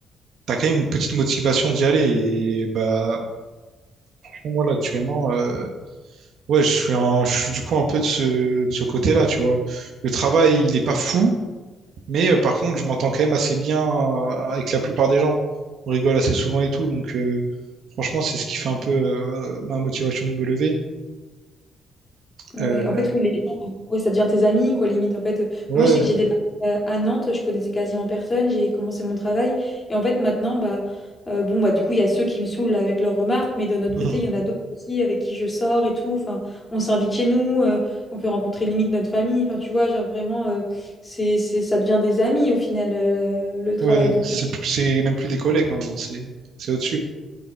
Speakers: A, on the right (about 70°); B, on the left (about 20°).
A: t'as quand même une petite motivation d'y aller. Et bah, moi, là, actuellement, euh, ouais, je suis un, je suis du coup un peu de ce, de ce côté-là, tu vois. Le travail, il est pas fou, Mais euh, par contre, je m'entends quand même assez bien euh, avec la plupart des gens. On rigole assez souvent et tout, donc euh, franchement, c'est ce qui fait un peu euh, ma motivation de me lever.
B: Ouais,
A: Euh,
B: en fait, oui, les gens, euh, ouais, ça devient tes amis, quoi, limite. En fait, Euh,
A: ouais,
B: moi, je sais que j'ai débarqué euh, à Nantes, je connaissais quasiment personne, j'ai commencé mon travail. Et en fait, maintenant, bah, euh, bon, bah, du coup, il y a ceux qui me saoulent là, avec leurs remarques, mais de notre
A: <laughs>
B: côté, il y en a d'autres aussi avec qui je sors et tout. Enfin, on s'invite chez nous, euh, on fait rencontrer limite notre famille. Enfin, tu vois, genre vraiment, euh, c'est, c'est, ça devient des amis au final, euh, le travail.
A: ouais,
B: Donc,
A: c'est c'est même plus des collègues maintenant, c'est c'est au-dessus.